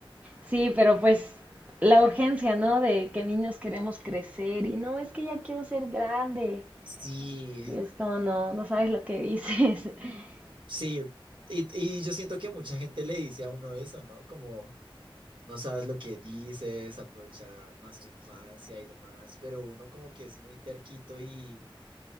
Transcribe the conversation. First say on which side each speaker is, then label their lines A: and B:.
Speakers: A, on the right; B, on the right.
A: Sí, pero pues la urgencia, ¿no? De que niños queremos crecer y no, es que ya quiero ser grande.
B: Sí,
A: Y es como, no, no sabes lo que dices. <laughs>
B: sí. Y, y yo siento que mucha gente le dice a uno eso, ¿no? Como no sabes lo que dices, aprovecha más tu infancia y demás, pero uno como que es muy terquito y,